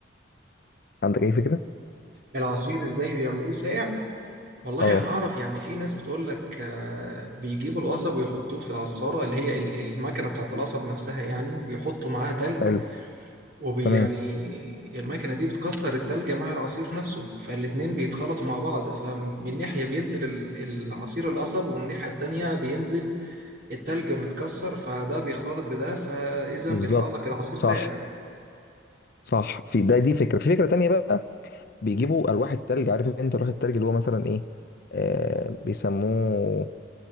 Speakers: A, on the left; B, on the right.
A: عندك اي فكره
B: العصير ازاي بيعملوه ساقع والله
A: اه
B: انا اعرف يعني في ناس بتقول لك آه، بيجيبوا القصب ويحطوه في العصارة اللي هي ال- المكنة بتاعت القصب نفسها يعني بيحطوا معاها تلج
A: حلو
B: ويعني
A: تمام
B: المكنة دي بتكسر التلج مع العصير نفسه فالاتنين بيتخلطوا مع بعض فمن ناحية بينزل ال- العصير القصب ومن الناحية التانية بينزل التلج متكسر فده بيخلط بده فإذا
A: بالظبط
B: بيطلع لك العصير
A: صح
B: ساقع
A: صح في ده دي فكره في فكره تانية بقى بيجيبوا الواح التلج عارف انت لوح التلج اللي هو مثلا ايه آه بيسموه